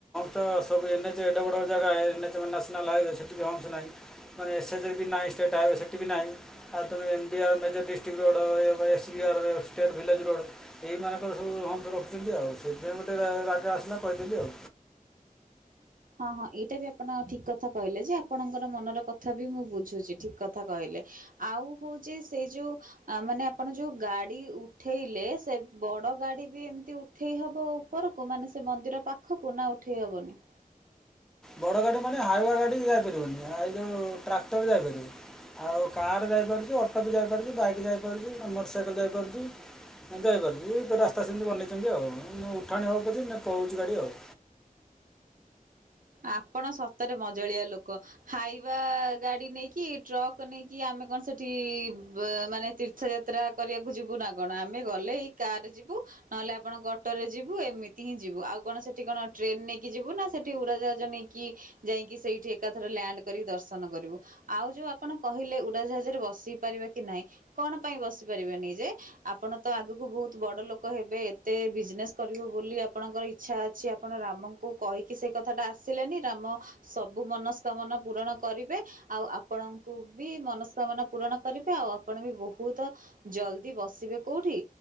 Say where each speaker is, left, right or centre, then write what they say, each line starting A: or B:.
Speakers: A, in the centre; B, on the right.
A: ତ ସବୁ ଏନ୍ଚ ଏଡ଼ ବଡ଼ ଜାଗା ଏ ନ୍ୟସନାଲ୍ ହାଇୱେ ସେଠି ହମ୍ସ ନାହିଁ। ମାନେ ଏଏଚ୍ ବି ନାହିଁ ଷ୍ଟେଟ୍ ହାଇୱବେ ସେଠି ବି ନାହିଁ। ଆଉ ତମ ଏଡିଆର ମେଜର ଡିଷ୍ଟ୍ରିକ୍ଟ ରଡ ଏଆରଷ୍ଟେ ଭିଲଜ ରୋଡ। ଏଇ ମାନଙ୍କର ସବୁ ହୋମ ରଖିଛନ୍ତି ଆଉ ସେଇଥିପାଇଁ ଗୋଟେ ରାଗରେ ଆସିଲା କହିଥିଲି ଆଉ
B: ହଁ ହଁ ଏଇଟା ବି ଆପଣ ଠିକ କଥା କହିଲେ ଯେ ଆପଣଙ୍କର ମନର କଥା ବି ମୁଁ ବୁଝୁଛି ଠିକ କଥା କହିଲେ। ଆଉ ହଉଛି ସେଇ ଯୋଉ ଆ ମାନେ ଆପଣ ଯୋଉ ଗାଡି ଉଠେଇଲେ ସେ ବଡ ଗାଡି ବି ଏମିତି ଉଠେଇ ହବ ଆଉ ଉପରକୁ ମାନେ ସେ ମନ୍ଦିର ପାଖକୁ ନା ଉଠେଇ ହେବନି?
A: ବଡ଼ ଗାଡି ମାନେ ହାଇୱା ଗାଡ଼ି ଯାଇପାରିବନି ଯଉ ଟ୍ରାକ୍ଟର ଯାଇପାରିବ। ଆଉ କାର୍ ଯାଇପାରୁଛି ଅଟୋ ବି ଯାଇପାରୁଛି ବାଇକ୍ ଯାଇପାରୁଛି ମୋଟରସାଇକେଲ ଯାଇପାରୁଛି। ହ ଯାଇପାରୁଛି ଏବେ ରାସ୍ତା ସେମିତି ବନେଇଛନ୍ତି ଆଉ ମୁ ଉଠାଣି ହଉ ପଛେ ପଳଉଛି ଗାଡ଼ି ଆଉ
B: ଆପଣ ସତରେ ମଜଳିଆ ଲୋକ। ହାଇବା ଗାଡି ନେଇକି ଟ୍ରକ୍ ନେଇକି ଆମେ କଣ ସେଠି ମାନେ ତୀର୍ଥଯାତ୍ର ଯାତ୍ରା କରିବାକୁ ଯିବୁ ନା କଣ ଆମେ ଗଲେ ଏଇ କାର ଯିବୁ। ନହେଲେ ଆପଣଙ୍କ ଅଟୋରେ ଯିବୁ ଏମିତି ହିଁ ଯିବୁ ଆଉ କଣ ସେଠି କଣ ଟ୍ରେନ ନେଇକି ଯିବୁ ନା ସେଠି ଉଡାଯା ନେଇକି ଯାଇକି ସେଇଠି ଏକାଥର ଲ୍ୟାଣ୍ଡ କରିକି ଦର୍ଶନ କରିବୁ। ଆଉ ଯୋଉ ଆପଣ କହିଲେ ଉଡାଜାହାଜରେ ବସି ପାରିବ କି ନହିଁ କଣ ପାଇଁ ବସି ପାରିବାନି ଯେ ଆପଣ ତ ଆଗକୁ ବହୁତ ବଡ ଲୋକ ହେବେ ଏତେ ବିଜନେସ୍ କରିବେ ବୋଲି ଆପଣଙ୍କର ଇଛା ଅଛି। ଆପଣ ରାମଙ୍କୁ କହିକି ସେ କଥାଟା ଆସିଲେନି ରାମ ସବୁ ମନସ୍କାମନା ପୂରଣ କରିବେ। ଆଉ ଆପଣଙ୍କୁ ବି ମନସ୍କାମନା ପୂରଣ କରିବେ ଆଉ ଆପଣ ବି ବହୁତ ଜଲଦି ବସିବେ କୋଉଠି